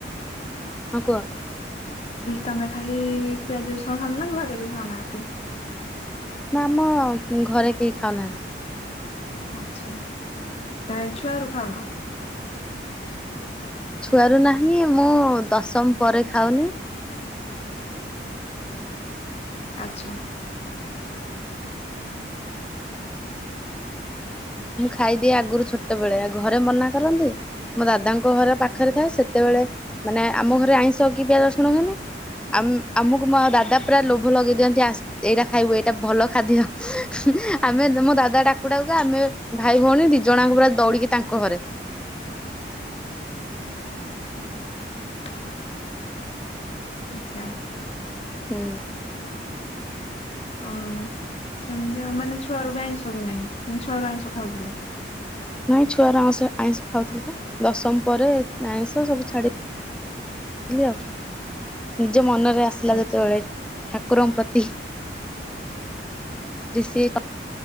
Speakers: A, in the centre; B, on the left.
A: ହଁ କୁହ।
B: ତମେ ଖାଲି ପିଆଜ ରସୁଣ ଖାଉ ନା ଘରେ ବି ଖାଉନାହାନ୍ତି।
A: ନା ଆମ ଘରେ କେହି ଖାଉନାହାନ୍ତି।
B: ଆଚ୍ଛା ତା ଛୁଆ ରୁ ଖାଉ ନ
A: ଛୁଆରୁ ନାହିଁ ମୁଁ ଦଶମ ପରେ ଖାଉନି
B: <unintelligible> ଆଚ୍ଛା।
A: ମୁଁ ଖାଇଦିଏ ଆଗରୁ ଛୋଟ ବେଳେ ଆ ଘରେ ମନା କରନ୍ତି ମୋ ଦାଦାଙ୍କ ଘର ପାଖରେ ଥାଏ ସେତେବେଳେ ମାନେ ଆମ ଘରେ ଆଇଁଷ କି ପିଆଜ ଶୁଣୁ ହୁନି ଆମକୁ ଦାଦା ପୁରା ଲୋଭ ଲଗେଇ ଦିଅନ୍ତି ଆ ଏଇଟା ଖାଇବୁ ଏଇଟା ଭଲ ଖାଦ୍ୟ ଆମେ ମୋ ଦାଦା ଡାକୁ ଡାକୁ ଆମେ ଭାଇ ଭଉଣୀ ଦି ଜଣଙ୍କୁ ପୁରା ଦୌଡିକି ତାଙ୍କ ଘରେ
B: <unintelligible> ଆଚ୍ଛା।
A: ହୁଁ।
B: ଅ ସେମିତି ମାନେ ଛୁଆରୁ ବି ଆଇଁଷ କି ନାହିଁ ଛୁଆ ର ଆଇଁଷ ଖାଉଥିଲ।
A: ନାଇଁ ଛୁଆର ଆଁଷ ଆଇଁଷ ଖାଉଥିଲ ବା ଦଶମ ପରେ ଆଇଁଷ ସବୁ ଛାଡିଥିଲି ଆଉ ଜ ମନରେ ଆସିଲା
B: ଆଚ୍ଛା।
A: ଯେତେବେଳେ ଠାକୁରଙ୍କ ପ୍ରତି ଶ୍ରୀ ଶ